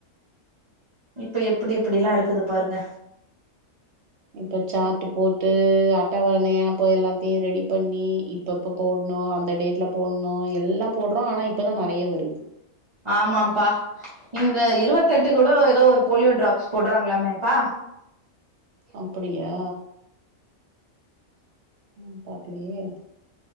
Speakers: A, on the right; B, on the right.
A: இப்ப எப்பிடி எப்பிடிலா இருக்குது பாருங்க
B: இப்ப சாட்டு போட்டு அட்டவணையாப்ப எல்லாத்தையு ரெடி பண்ணி எப்பப்போ போட்ணு அந்த டேட்ல போட்ணு எல்லா போட்றோ ஆனா இப்பதா நெறைய வருது
A: ஆமாம்ப்பா இந்த இருவத்து எட்டு கூட ஏதோ ஒரு போலியோ டிராப்ஸ் போட்றாங்களாமேப்பா
B: அப்படியா ம் பாக்கலியே